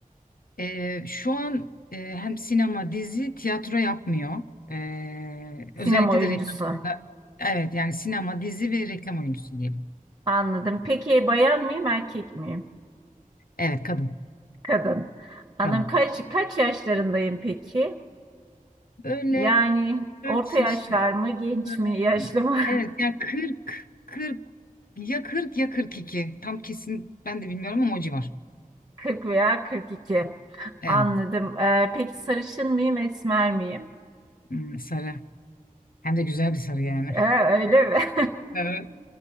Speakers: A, on the left (about 85°); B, on the right (about 30°).
A: Ee, şu an e, hem sinema, dizi, tiyatro yapmıyor. Ee, özellikle
B: Sinema oyuncusu.
A: de reklamda. Evet yani sinema, dizi ve reklam oyuncusu diyelim.
B: Anladım. Peki bayan mıyım, erkek miyim?
A: Evet kadın.
B: Kadın. Anladım.
A: Kadın.
B: Kaç kaç yaşlarındayım peki?
A: Böyle
B: Yani
A: kaç
B: orta
A: yaşında?
B: yaşlar mı, genç
A: Hmm.
B: mi, yaşlı mı?
A: Evet yani 40 40 ya 40 ya kırk iki Tam kesin ben de bilmiyorum ama o civar.
B: <laughs> 40 veya 42.
A: Evet.
B: Anladım. Ee, peki sarışın mıyım, esmer miyim?
A: Hmm, sarı. Hem de güzel bir sarı yani.
B: Ee, öyle mi?
A: Evet.